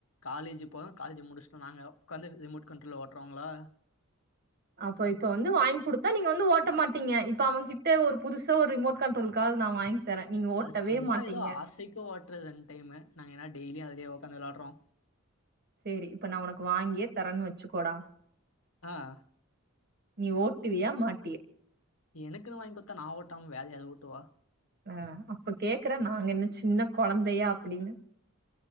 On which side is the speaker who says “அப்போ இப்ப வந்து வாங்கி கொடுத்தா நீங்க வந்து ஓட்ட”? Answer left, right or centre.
Right